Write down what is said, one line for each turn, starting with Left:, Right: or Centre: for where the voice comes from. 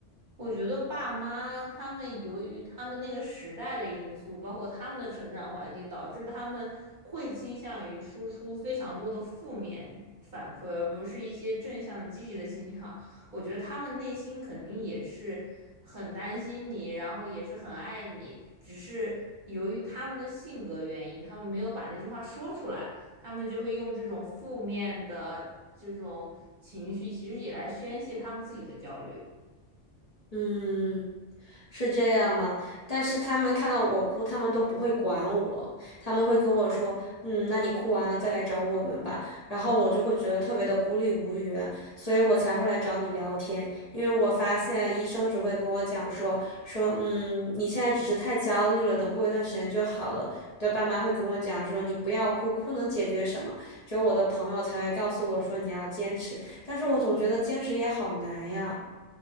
Right: 我觉得爸妈他们由于他们那个时代的因素，包括他们的成长环境，导致他们会倾向于输出非常多的负面反馈，而不是一些正向的、积极的信号。我觉得他们内心肯定也是很担心你，然后也是很爱你，只是由于他们的性格原因，他们没有把那句话说出来，他们就会用这种负面的这种情绪，其实也来宣泄他们自己的焦虑。
Left: 嗯。是这样吗？但是他们看到我哭，他们都不会管我，他们会跟我说：“嗯，那你哭完了再来找我们吧。”然后我就会觉得特别的孤立无援，所以我才会来找你聊天。因为我发现医生只会跟我讲说说，嗯，你现在只是太焦虑了，等过一段时间就好了。我的爸妈会跟我讲说，你不要哭，哭能解决什么？只有我的朋友才会告诉我说你要坚持，但是我总觉得坚持也好难呀。